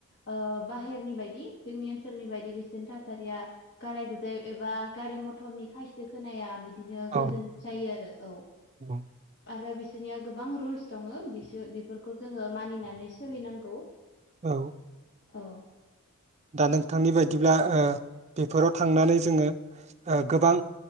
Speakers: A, on the left (about 50°); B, on the right (about 30°).
A: ओ बाहेरनि बायदि जोंनि ओनसोलनि बायदि बिसोर थासारिया गालाय गुजाय एबा गारि मथरनि खायसे खोनाया बिदि बिदिनो
B: औ
A: गोजोन जायो आरो। औ
B: औ
A: आरो बेसि बिनिया गोबां रुल्स दङ' बिसोर बेफोरखौ जोङो मानिनानै सोलिनांगौ।
B: औ।
A: औ।
B: दा नोंथांनि बायदिब्ला ओ बेफोराव थांनानै जोङो ओ गोबां